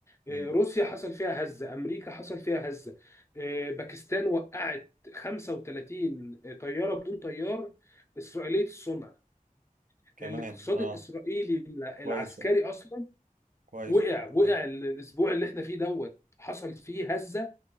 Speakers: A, on the right; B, on the left.
A: مم.
B: إيه، روسيا حصل فيها هزه امريكا حصل فيها هزه آه، باكستان وقعت 35 طياره بدون طيار اسرائيليه الصنع
A: كمان
B: الاقتصاد
A: اه
B: الاسرائيلي العسكري
A: كويس والله.
B: اصلا
A: كويس
B: وقع
A: والله
B: وقع
A: اه
B: الاسبوع اللي احنا فيه دوت حصل فيه هزه